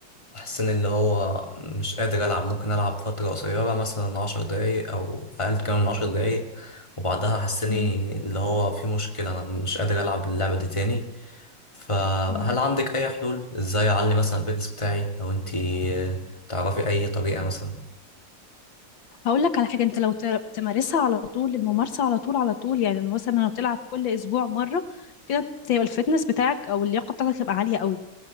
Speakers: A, on the left (about 15°); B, on the left (about 80°).
A: بحس ان اللي هو مش قادر العب ممكن العب فتره قصيره مثلا عشر دقايق او اقل كمان من عشر دقايق وبعدها حسني
B: مم.
A: اللي هو في مشكله انا مش قادر العب اللعبه دي تاني فهل
B: مم.
A: عندك اي حلول ازاي اعلي مثلا الفيتنس بتاعي لو انتي تعرفي اي طريقه مثلا
B: هقول لك على حاجة انت لو ت- تمارسها على طول الممارسة على طول على طول يعني مثلا لو تلعب كل اسبوع مرة كده انت هيبقى الفتنس بتاعك او اللياقة بتاعتك هتبقى عالية قوي